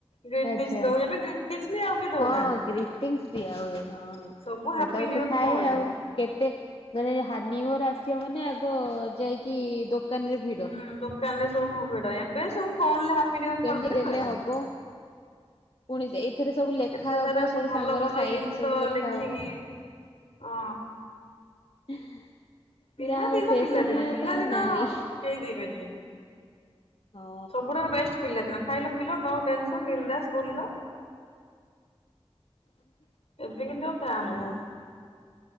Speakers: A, on the left; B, on the left.
A: ଗ୍ରୀଟିସ
B: ଆଛା
A: ଦଉ ଏବେ ଗ୍ରୀଟିସ ବି ଆଉ କିଏ ଦଉନାହାନ୍ତି
B: ହଁ ଗ୍ରିଟିଙ୍ଗସ ଦିଆ ହୁଏ ହଁ। ସେତେବେଳେ
A: ସବୁ ହାପି ନିୟର
B: ତ ଥାଏ
A: ଫୋନରେ।
B: ଆଉ କେତେ ମାନେ ହାନି ଓନ୍ୟୁୟର୍ ଆସିବ ମାନେ ଆଗ ଯାଇକି ଦୋକାନ ରେ ଭିଡ।
A: ହୁଁ ଦୋକାନରେ ସବୁ ଭିଡ଼ ଏବେ ସବୁ ଫୋନରେ ହାପିନ୍ୟୁୟର୍
B: କେମିତି
A: କରିଦେଲେ
B: ଦେଲେ
A: ସଇଲା।
B: ହବ ପୁଣି ଏଇଥିରେ ସବୁ ଲେଖା
A: ଏତେ
B: ହବ
A: ସାରା ସବୁ
B: ସାଙ୍ଗର
A: ଭଲ ଭଲ
B: ସାଇରି
A: ଜିନିଷ
B: ସବୁ ଲେଖା
A: ଲେଖିକି
B: ହବ
A: ଅଁ।
B: <inaudible>
A: ପିଲା
B: ଯାହା ହଉ
A: ଦିନ
B: ସେ
A: ପିଲାଦିନ
B: ସମୟ
A: ପିଲା
B: ତ ଆଉ
A: ଦିନ
B: ନାହିଁ
A: କେହି ଦେଇ ପାରିବେନି।
B: ହଁ।
A: ସବୁଠାରୁ ବେଷ୍ଟ ପିଲା ଦିନ ଖାଇଲ ପିଇଲ ନୋ ଟେନସନ ବିନ୍ଦାସ୍‌ ବୁଲ। ଏବେ କିନ୍ତୁ ଆଉ ପ୍ରାନାହିଁ।
B: ହଁ।